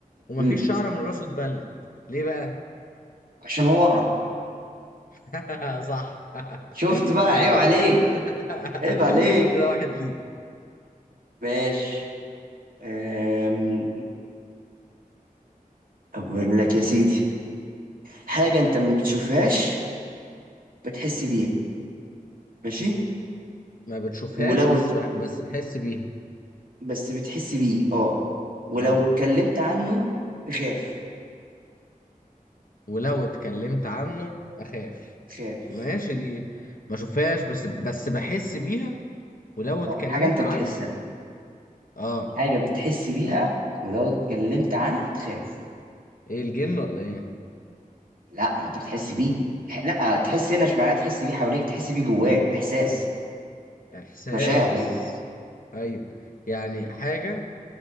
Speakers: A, on the left; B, on the right.
A: ومفيش
B: مم.
A: شعرة من راسه اتبلت ليه بقى
B: عشان هو اقرع
A: <laughs> صح <laughs>
B: شفت بقى
A: حلو
B: عيب عليك
A: <laughs>
B: عيب عليك
A: كده واحد ليه
B: ماشي أم... اقول لك يا سيدي حاجة انت ما بتشوفهاش بتحس بيها ماشي
A: ما بتشوفهاش
B: ولو
A: بس
B: ات-
A: بح... بس بحس بيها
B: بس بتحس بيه اه ولو
A: اه
B: اتكلمت عنه تخاف
A: ولو اتكلمت عنه اخاف
B: تخاف
A: ماشي دي ما اشوفهاش بس بس بحس بيها ولو
B: اه
A: اتكلمت
B: حاجة انت بتحسها
A: عنه اه
B: حاجة بتحس بيها
A: لو
B: ولو اتكلمت عنها تخاف
A: ايه الجن ولا ايه
B: لا هو انت بتحس بيه لا تحس هنا مش معناه تحس بيه حواليك تحس بيه جواك احساس
A: احساس
B: مشاعر يعني
A: ايوه يعني حاجة